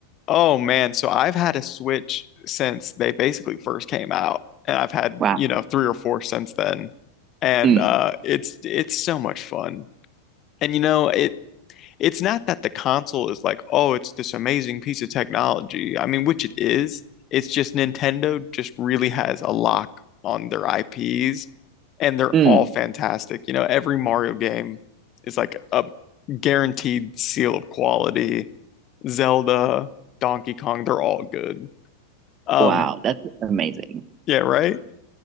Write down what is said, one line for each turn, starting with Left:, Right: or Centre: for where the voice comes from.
Left: oh man, so I've had a Switch since they basically first came out, and I've had,
Right: wow.
Left: you know, three or four since then. And
Right: Mm,
Left: uh it's it's so much fun. And you know, it it's not that the console is like, oh, it's this amazing piece of technology. I mean, which it is. It's just Nintendo just really has a lock on their IPs and they're
Right: mm,
Left: all fantastic. You know, every Mario game is like a guaranteed seal of quality. Zelda, Donkey Kong, they're all good. Um,
Right: wow. That's amazing.
Left: yeah, right?